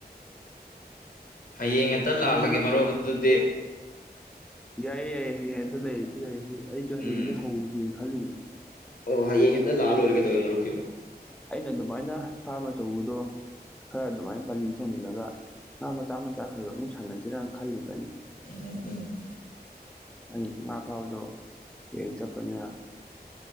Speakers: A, on the left; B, in the centre.
A: ꯍꯌꯦꯡ ꯍꯦꯛꯇ
B: ꯁꯪꯗꯣꯏ
A: ꯂꯥꯛꯂꯒꯦ
B: ꯅꯠꯇ꯭ꯔꯣ
A: ꯃꯔꯨꯞ ꯑꯗꯨꯗꯤ
B: ꯌꯥꯏꯌꯦ ꯌꯥꯏꯌꯦ ꯌꯥꯌꯦ ꯑꯇ ꯂꯩꯌꯦꯗꯤ ꯌꯥꯏꯌꯦ ꯑꯩ ꯆꯍꯤꯗꯤ
A: ꯎꯝ
B: ꯍ ꯍꯧ ꯈꯜꯂꯤꯅꯤ
A: ꯑꯣ ꯍꯌꯦꯡ ꯍꯦꯛꯇ ꯂꯥꯜ ꯂꯔꯒꯦꯗꯧꯋꯦ ꯑꯃ ꯃꯔꯨꯛꯈꯤꯕꯣ
B: ꯑꯩꯅ ꯑꯗꯨꯃꯥꯏꯅ ꯐꯥꯔꯝ ꯑꯆꯧꯕꯗꯣ ꯈꯔ ꯑꯗꯨꯃꯥꯏꯅ ꯄꯖꯤ ꯊꯣꯡꯖꯤꯜꯂꯒ ꯉꯥ ꯃꯆꯥ ꯃꯆꯥ ꯈꯔ ꯈ ꯑꯃꯨꯛ ꯁꯥꯟꯅꯁꯤꯔꯅ ꯈꯜꯂꯤꯕ ꯑꯩꯅ
A: ꯎꯝ ꯎꯝ
B: ꯑꯅꯤ ꯄꯉꯥ ꯐꯥꯕꯗꯣ ꯀ ꯆꯠꯄꯅꯤꯅ